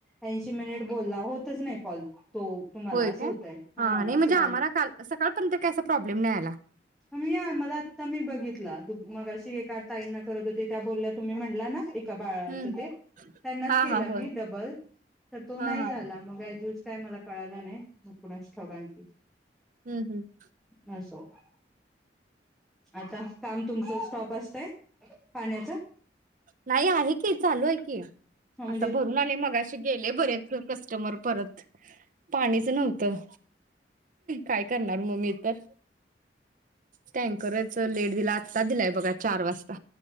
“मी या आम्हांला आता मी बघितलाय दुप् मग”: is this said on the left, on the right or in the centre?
Centre